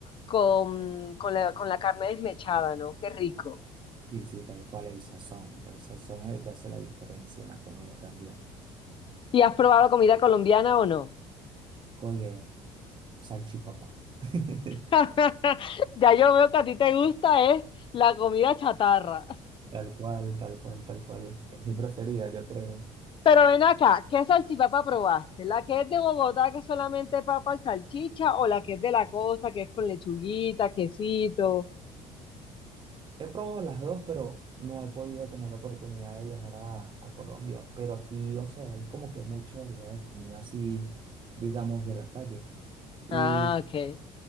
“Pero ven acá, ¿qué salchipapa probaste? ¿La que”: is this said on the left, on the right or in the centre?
Left